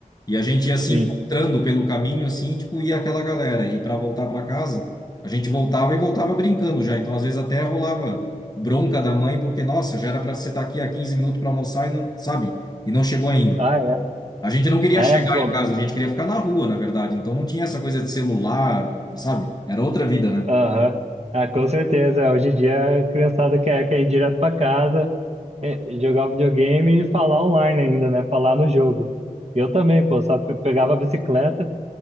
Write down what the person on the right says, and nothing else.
sim.
Ah, é.
Ah,
é bom.
Aham. Ah, com certeza. Hoje em dia a criançada quer, quer ir direto pra casa, é, jogar o videogame e falar online ainda, né? Falar no jogo. Eu também, pô, só pe- pegava a bicicleta.